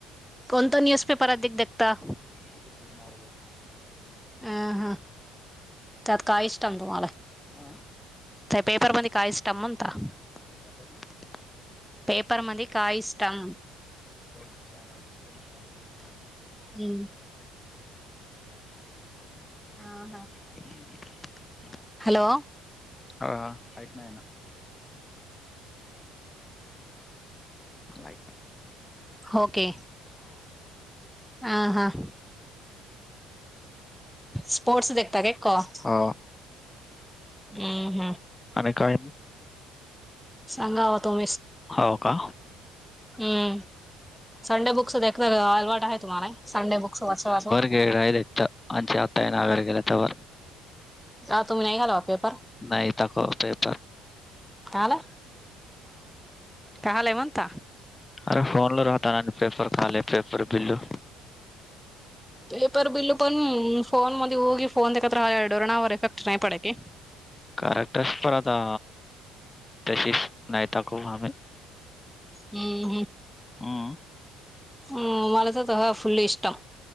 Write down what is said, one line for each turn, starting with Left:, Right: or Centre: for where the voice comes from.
Centre: कोणता न्यूज पेपर अधिक देखता.
Left: न
Centre: अ हा त्यात काळष्टांग तुम्हाला
Left: हा
Centre: त्या पेपरमध्येध्ये काय म्हणता
Left: ते ना <unintelligible>
Centre: पपर मामध्ये काय इस्म <unintelligible>
Left: स्पर्ट जाणार तिणार <unintelligible>
Centre: हम्म हा ह
Left: हम्
Centre: हॅलो
Left: हा ऐक नाही ना ला
Centre: होके अह हा स्पोर्टस देखता का क
Left: हा
Centre: हम् हम
Left: आणिने काय
Centre: सांगावा तुमच
Left: हो का
Centre: हम्म संडे बुक्स देणार अलवाट आहे तुम्हाला संडे बुक्स वाचव वाचव
Left: हे आहे आमच्या आत्ता या नागर गेला त्यावर
Centre: आा तुम्ही नाही घाल पेपर
Left: नाही तक पेपर
Centre: तला तले म्हंत
Left: अरे फोनलाो राता ना पेपर खाली पेपर बिल्लू
Centre: पेपर बिल पण फोन मध्येेऊगी फोन ते एकत्र डोरणावर इफेक्ट नाही पड की
Left: करेक्टस पण आता तशीच नाहीता खूप आम
Centre: हम्म हम
Left: हं
Centre: हम् मला तर त ह फुल् इष्टम